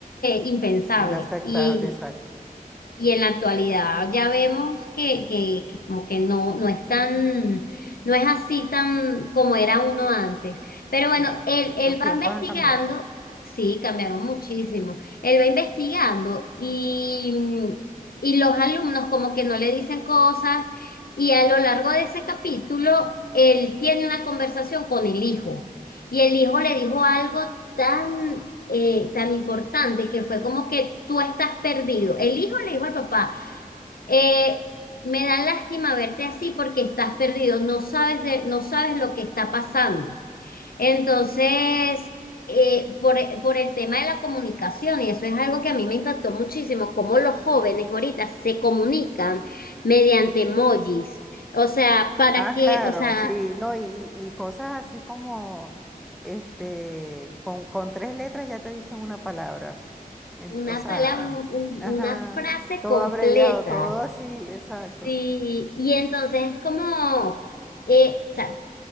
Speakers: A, on the left; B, in the centre.
A: impensable.
B: Inaceptable,
A: Y
B: exacto.
A: y en la actualidad ya vemos que, que, que como que no, no es tan, no es así tan como era uno antes. Pero bueno,
B: Claro.
A: él, él
B: Los
A: va
B: tiempos
A: investigando,
B: han cambiado, sí.
A: sí, cambiaron muchísimo. Él va investigando y, mm, y los alumnos como que no le dicen cosas y a lo largo de ese capítulo, él tiene una conversación con el hijo y el hijo le dijo algo. tan eh, tan importante que fue como que tú estás perdido. El hijo le dijo al papá, eh, me da lástima verte así porque estás perdido, no sabes de, no sabes lo que está pasando. Entonces, eh, por, por el tema de la comunicación, y eso es algo que a mí me encantó muchísimo, cómo los jóvenes ahorita se comunican mediante emojis. O sea, para
B: Ah,
A: que,
B: claro,
A: o sea,
B: sí, no, y, y- y cosas así como, este, con, con tres letras ya te dicen una palabra, en-
A: una
B: o sea,
A: palabra, un- un-
B: ajá,
A: una frase
B: todo
A: completa
B: abreviado, todo así, exacto.
A: Sí, y entonces es como, eh, o sea,